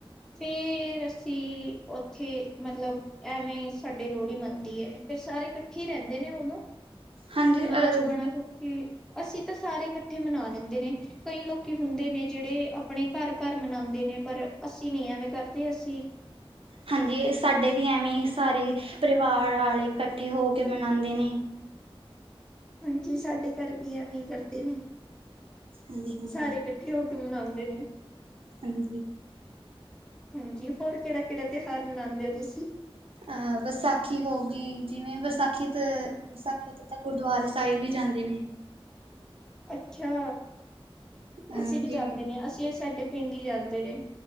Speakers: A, in the centre; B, on the right (about 65°).
A: ਫੇਰ ਅਸੀਂ ਉੱਥੇ ਮਤਲਬ ਐਵੇਂ ਸਾਡੇ ਲੋਹੜੀ, ਮੰਨਦੀ ਹੈ ਫਿਰ ਸਾਰੇ ਇਕੱਠੀ ਰਹਿੰਦੇ ਨੇ ਉਨੂੰ,
B: ਹਾਂਜੀ
A: ਨਾਚ
B: ਅ
A: ਗਾਣਾ ਇਕੱਠੇ ਅਸੀਂ ਤਾਂ ਸਾਰੇ ਇਕੱਠੇ ਮਨਾ ਲੈਂਦੇ ਨੇ, ਕਈ ਲੋਕੀ ਹੁੰਦੇ ਨੇ, ਜਿਹੜੇ ਆਪਣੇ ਘਰ ਘਰ ਮਨਾਉਂਦੇ ਨੇ। ਪਰ ਅਸੀਂ ਨਈ, ਐਵੇਂ ਕਰਦੇ ਅੱਸੀਂ
B: ਹਾਂਜੀ, ਸਾਡੇ ਵੀ ਐਵੇਂ ਸਾਰੇ ਪਰਿਵਾਰ ਆਲੇ, ਇਕੱਠੇ ਹੋ ਕੇ ਮਨਾਉਂਦੇ ਨੇਏ।
A: ਹਾਂਜੀ, ਸਾਡੇ ਘਰ ਵੀ ਐਵੇਂ ਹੀ ਕਰਦੇ ਨੇ।
B: ਹਾਂਜੀ ਹਾਂਜੀ।
A: ਸਾਰੇ
B: <inaudible>
A: ਇਕੱਠੇ ਹੋ ਮਨਾਉਂਦੇ ਨੇ?
B: ਹਾਂਜੀ।
A: ਹਾਂਜੀ, ਹੋਰ ਕਿਹੜਾ ਕਿਹੜਾ ਤਿਉਹਾਰ, ਮਨਾਉਂਦੇ ਹੋ ਤੁਸੀਂ?
B: ਅਹ ਵਿਸਾਖੀ ਹੋ ਗਈ, ਜਿਵੇਂ ਵਿਸਾਖੀ ਤੇ ਤਾਂ ਗੁਰਦੁਆਰੇ ਸਾਹਿਬ, ਵੀ ਜਾਂਦੇ ਨੇ?
A: <inaudible> ਅੱਛਾ
B: ਅ
A: ਅਸੀਂ ਵੀ
B: ਜਿਵੇਂ
A: ਜਾਂਦੇ ਨੇ ਅਸੀਂ ਸਾਡੇ ਪਿੰਡ ਹੀ ਜਾਂਦੇ ਨੇ।